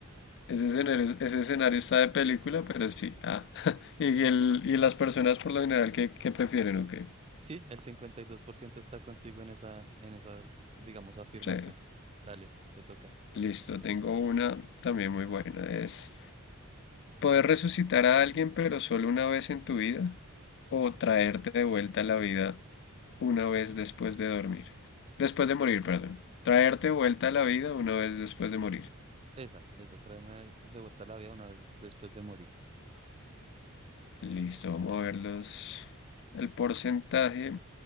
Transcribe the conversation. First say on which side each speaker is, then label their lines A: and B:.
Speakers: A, on the left; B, on the right.
A: Ese escenario, ese escenario está de película, pero sí. Ah, <laughs> y, el, y las personas por lo general que, que prefieren, ok.
B: Sí, el 52% está contigo en esa, en esa, digamos, afirmación.
A: Sí,
B: Dale, te toca.
A: listo, tengo una también muy buena. Es, Poder resucitar a alguien, pero solo una vez en tu vida, o traerte de vuelta a la vida una vez después de dormir. Después de morir, perdón. Traerte de vuelta a la vida una vez después de morir.
B: Esa, esa, tráeme de vuelta a la vida una vez después de morir.
A: Listo, vamos a ver los... El porcentaje.